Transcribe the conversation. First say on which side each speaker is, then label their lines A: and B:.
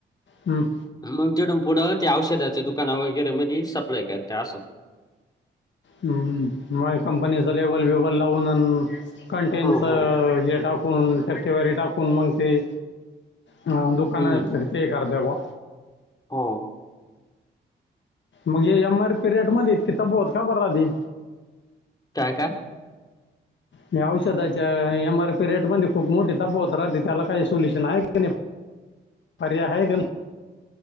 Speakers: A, on the left (about 60°); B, on the left (about 20°).
A: हम्म!
B: मग तेतूनन पुढं त्या औषधाच्या दुकाना वगैरे मध्ये सप्लाय करत असं
A: हम्म माई कंपनीचं लेबल बेबल लावून कंटेनचं
B: हो, हो.
A: हे टाकून, टक्केवारी टाकून मंगते हा दुकाना
B: हं.
A: ते कर दव
B: हो.
A: मग एम आर पीरिड मध्ये इतकी तफावत? का बरलादी?
B: काय काय?
A: म औषधाच्या एम-आर-पी रेट मध्ये खूप मोठी तफावत राहते त्याला काही सोल्युशन आहे की नाही? परर्या हाय गल.